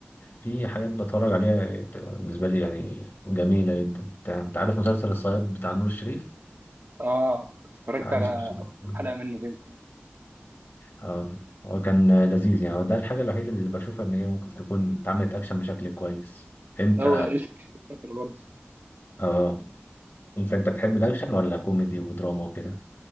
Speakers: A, on the left; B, on the right.
A: في حاجات بتفرج عليها بتبقى بالنسبة لي يعني جميلة جدا بتاع- انت عارف مسلسل الصياد بتاع نور الشريف
B: آه كنت اتفرجت
A: بتاع
B: على
A: يوسف الشريف
B: أول
A: مم.
B: كام حلقة منه كده
A: اه هو كان لذيذ يعني هو ده الحاجة الوحيدة اللي بشوفها ان هي ممكن تكون اتعملت اكشن بشكل كويس انت
B: هو إيش فاكر برضه
A: اه انت انت بتحب الاكشن ولا كوميدي ودراما وكده